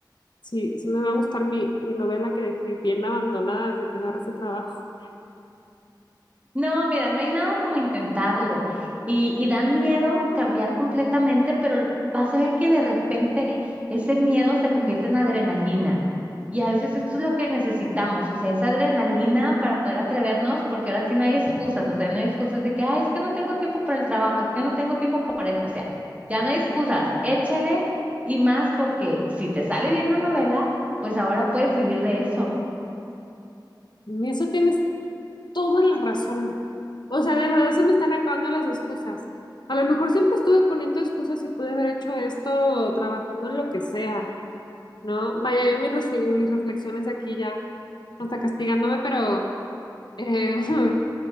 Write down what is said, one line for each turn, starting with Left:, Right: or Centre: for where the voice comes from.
Left: si, si me va a gustar mi, mi novela que dejé bien abandonada desde que agarré este trabajo.
Right: No, mira, no hay nada como intentarlo. Y, y da miedo cambiar completamente, pero vas a ver que de repente ese miedo se convierte en adrenalina. Y a veces esto es lo que necesitamos, o sea, esa adrenalina para poder atrevernos, porque ahora sí no hay excusas, o sea, no hay excusas de que, ay, es que no tengo tiempo para el trabajo, es que no tengo tiempo para esto, o sea, ya no hay excusas, échale y más porque si te sale bien la novela, pues ahora puedes vivir de eso.
Left: En eso tienes toda la razón. O sea, de verdad se me están acabando las excusas. A lo mejor siempre estuve poniendo excusas y pude haber hecho esto trabajando en lo que sea, ¿no? Vaya, yo mis, refle- mis reflexiones aquí ya, hasta castigándome, pero... Eh, <laughs>